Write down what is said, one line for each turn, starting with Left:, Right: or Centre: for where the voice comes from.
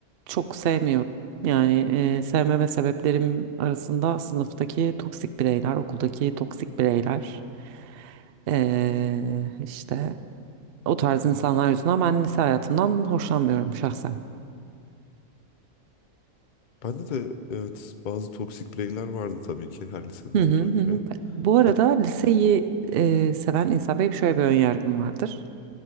Right: çok sevmiyorum. Yani e, sevmeme sebeplerim arasında sınıftaki toksik bireyler, okuldaki toksik bireyler, ee, işte O tarz insanlar yüzünden ben lise hayatımdan hoşlanmıyorum şahsen.
Left: Bende de evet bazı toksik bireyler vardı tabii ki her lisede
Right: Hı
Left: olduğu
Right: hı hı.
Left: gibi.
Right: hı. Bu arada
Left: Hat
Right: liseyi e, seven insan benim şöyle bir ön yargım vardır.